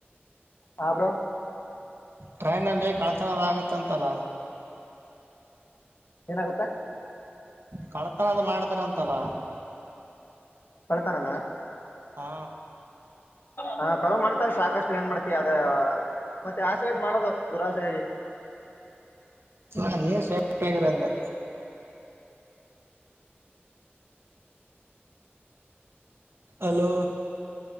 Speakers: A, on the left; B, on the right.
A: ಹಾಬ್ರೋ
B: ಟ್ರೈನ್ ಅಲ್ಲಿ ಕಳತನದ ಆಗತ್ತಂತಲ್ಲ
A: ಏನಾಗುತ್ತ
B: ಕಳ್ತಾರ ಅದು ಮಾಡ್ತಾರಂತಲ್ಲ
A: ಕಳ್ತಾನಾನ
B: ಹಾ
A: ಹಾ ಕಳುವ ಮಾಡ್ತಾರೆ ಸಾಕಷ್ಟು ಏನ್ ಮಾಡ್ತಿ ಅದ ಮತ್ತೆ ಆಸಾಗಿ ಮಾಡೋದು ದುರಾಸಾಗಿ
B: ಹ ನೀವ ಸೇಫ್ಟಿ ಆಗಿ ಇರು ಅಂದೆ ಅಲೋ